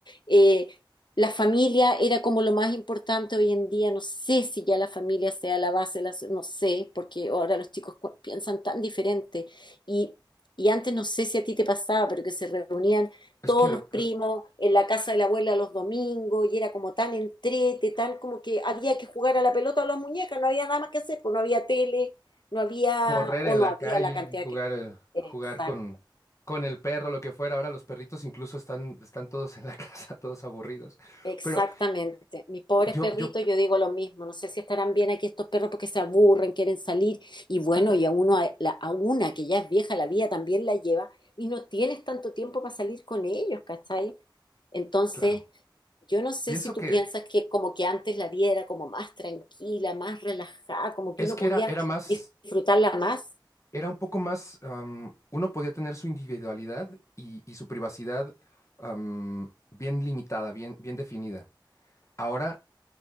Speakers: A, on the left; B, on the left.
A: eh, la familia era como lo más importante hoy en día, no sé si ya la familia sea la base, de la so- no sé, porque ahora los chicos cu- piensan tan diferente y, y antes no sé si a ti te pasaba, pero que se reunían
B: Es
A: todos
B: que lo-
A: los primos
B: lo-
A: en la casa de la abuela los domingos y era como tan entrete, tan como que había que jugar a la pelota o a las muñecas, no había nada más que hacer, pues no había tele. No había,
B: correr
A: o
B: en
A: no
B: la
A: había
B: calle,
A: la cantidad
B: jugar,
A: que...
B: eh,
A: Exact-
B: jugar con, con el perro, lo que fuera. Ahora los perritos incluso están, están todos en la <laughs> casa, todos aburridos.
A: exactamente.
B: Pero
A: Mis pobres
B: yo,
A: perritos,
B: yo,
A: yo digo lo mismo. No sé si estarán bien aquí estos perros porque se aburren, quieren salir. Y bueno, y a uno, a, la- a una que ya es vieja, la vida también la lleva. Y no tienes tanto tiempo para salir con ellos, ¿cachai? Entonces,
B: claro,
A: yo no sé
B: pienso
A: si tú
B: que
A: piensas que como que antes la vida era como más tranquila, más relajada, como que
B: Es
A: uno
B: que
A: podía
B: era, era más,
A: disfrutarla más.
B: era un poco más, am, uno podía tener su individualidad y, y su privacidad am, bien limitada, bien, bien definida. Ahora